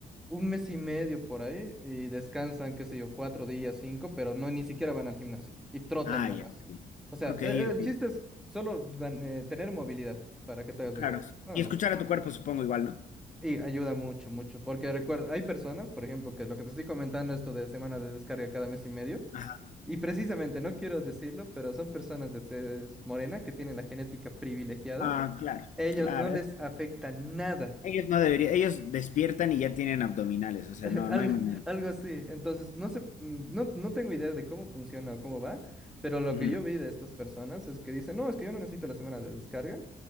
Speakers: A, in the centre; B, on the left (about 50°).
A: un mes y medio por ahí y descansan, qué sé yo, cuatro días, cinco, pero no ni siquiera van al gimnasio y trotan
B: Ah,
A: nomás.
B: ya. Ok,
A: O sea,
B: ok.
A: e-
B: ok,
A: el, chiste es solo gan- eh, tener movilidad para que te hagas
B: Claro.
A: la idea, nada
B: Y
A: más.
B: escuchar a tu cuerpo, supongo igual, ¿no?
A: Y ayuda mucho, mucho, porque recuerda, hay personas, por ejemplo, que lo que te estoy comentando, esto de semana de descarga cada mes y medio,
B: Ajá.
A: y precisamente, no quiero decirlo, pero son personas de tez morena que tienen la genética privilegiada,
B: Ah, claro,
A: ellos
B: claro.
A: no les
B: es-
A: afecta nada,
B: Ellos no deberían, ellos despiertan y ya tienen abdominales, o sea,
A: <laughs>
B: no,
A: algo,
B: no hay manera.
A: algo así, entonces no sé, mm, no, no tengo idea de cómo funciona o cómo va, pero lo
B: Ujú,
A: que yo vi de estas personas es que dicen, no, es que yo no necesito la semana de descarga,